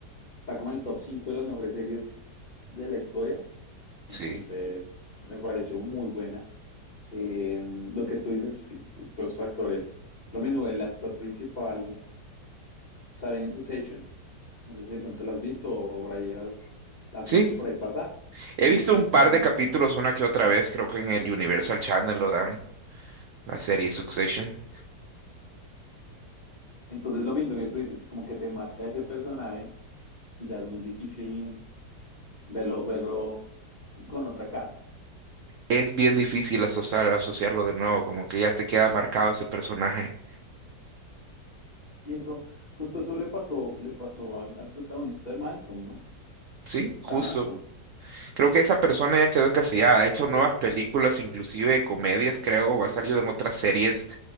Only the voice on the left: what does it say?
está como en el top 5 de las mejores series de la historia. Entonces,
me pareció muy buena. Eh, lo que tú dices, sí, todos estos actores, lo mismo, el actor principal sale en Succession. No sé si de pronto la has visto o por ahí has, la has
visto por ahí pasar.
Y
justamente,
entonces lo mismo que tú dices, como que te marca ese personaje y ya es muy difícil verlo, verlo con otra cara.
Y eso, justo eso le pasó, le pasó al, al protagonista de Malcolm, ¿no? O
sea, Malcolm,